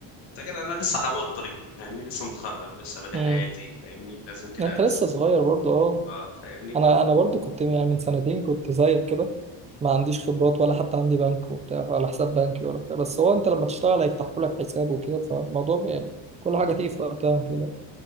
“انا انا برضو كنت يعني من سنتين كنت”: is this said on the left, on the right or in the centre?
Right